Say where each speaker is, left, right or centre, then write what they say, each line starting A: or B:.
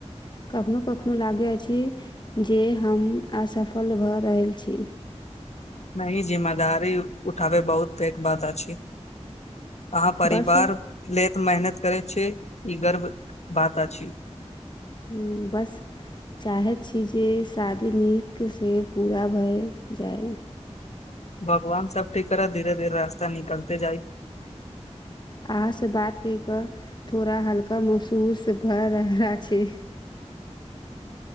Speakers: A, on the left; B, on the left.
A: कखनो कखनो लागे अछि जे हम असफल भऽ रहल छी
B: नहि जिम्मेदारी उठाबै बहुत पैघ बात अछि अहाँ परिवार
A: बस
B: ले तऽ मेहनत करै छै ई गर्व बात अछि
A: ह बस चाहैत छी जे शादी नीकसँ पूरा भय जाए
B: भगवान सब ठीक करैत धीरे धीरे रास्ता निकलते जाइ
A: अहाँ से बात कहि कऽ थोड़ा हल्का महसूस भए रहला छै